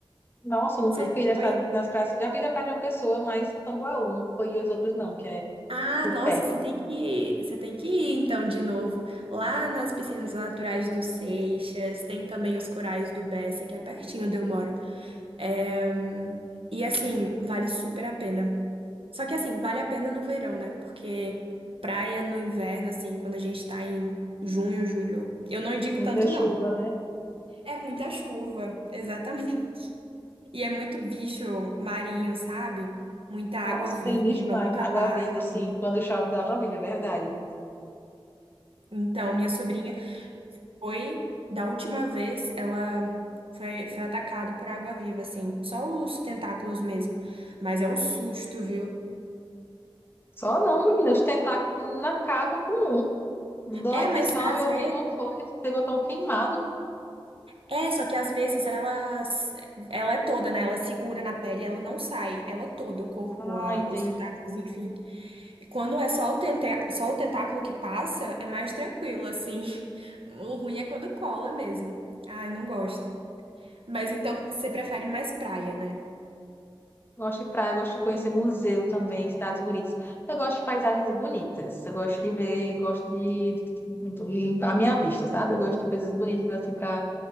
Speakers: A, on the left; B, on the right.
A: nossa, eu nunca
B: Você já
A: fiz essa
B: foi?
A: nas praias. Já fiz a praia de uma pessoa, mas Tambaú não foi e as outras não, que é
B: Ah,
A: por
B: nossa,
A: perto.
B: você tem que, você tem que ir então de novo. Lá nas piscinas naturais do Seixas, tem também os corais do Bessa, que é pertinho onde eu moro. É, E assim, vale super a pena. Só que assim, vale a pena no verão, né? Porque praia no inverno, assim, quando a gente tá em junho, julho, eu não indico
A: Muita
B: tanto,
A: chuva,
B: não.
A: né?
B: É muita chuva, <laughs> exatamente. E é muito bicho marinho, sabe? Muita água
A: Nossa,
B: viva,
A: tem bicho na
B: muito
A: água-viva,
B: ataque.
A: assim, quando chove da água-viva, é verdade.
B: Então, minha sobrinha Foi, da última vez, ela foi, foi atacada por água-viva, assim. Só os tentáculos mesmo. Mas é o susto, viu?
A: Só não, menina, os tentáculos não acaba com um. Dói
B: É,
A: que
B: mas
A: só,
B: às
A: meu
B: vezes.
A: primo foi, chegou tão queimado.
B: É, só que às vezes ela, ela é toda, né? Ela segura na pele, ela não sai. Ela é toda, o corpo,
A: Ah,
B: a-
A: entendi.
B: os tentáculos, enfim. Quando é só o, tenta, só o tentáculo que passa, é mais tranquilo, assim. <laughs> O ruim é quando cola mesmo. Ai, não gosto. Mas então você prefere mais praia, né?
A: Gosto de praia, gosto de conhecer museu também, cidades bonitas. Eu gosto de paisagens bonitas. Eu gosto de ver, gosto de de limpar a minha vista, sabe? Eu gosto de coisas bonitas assim para